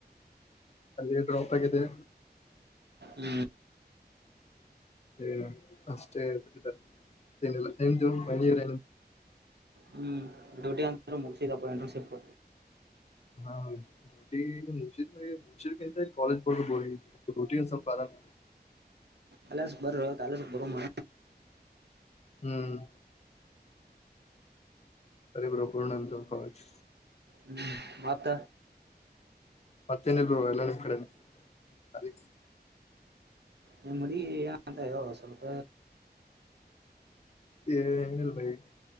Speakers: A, on the left (about 40°); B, on the right (about 75°).
A: ಅಲ್ಲಿ ್ರೋಪ್ಪತೆ
B: ಹ್ಲಿ
A: ಏ ಅಷ್ಟೇ ಬಿಿಟ್ಟಿದ್ದಾರೆ ಏನಲ್ಲ ಏ ಮ ಏನ
B: ಹ್ಮ್ ಡ್ಯೂಟಿ ಅಂತ ಮುಗಸಿದಪ್ಪ ಇಂಟರ್ನ್ಶಿಪ್
A: ಹಾ ರೋಟಿ ಮುರ್ಶದ ಮ ಮುರ್ಶದ ಕಂತ ಕಾಲಜ ಪಡತ ಬ ಡ್ಯೂಟಿ ಸ್ವಲ್ಪ ಆರಾಮ
B: ಅಲ್ಲಸ್ ಬರ್ರ ಕಾಲೇಜ್ಗ್ ಬರುಮಾ
A: ಹ್ಮ್ ಸರಿ ಬಿಡು ಬರುನಂತ ಕಾಲೇಜ್
B: ಹ್ಮ ಮತ್ತ
A: ಮತ್ತೇನಲ್ ಎಲ್ಲ ನಿಮ್ ಕಡೆ ಅರಿ
B: ನಿಮ್ಮುಡುಗಿ ಏನಂತ ಹೇಳೋ ಸ್ವಲ್ಪ
A: ಏ ಎನಲ್ಲ ಭಯ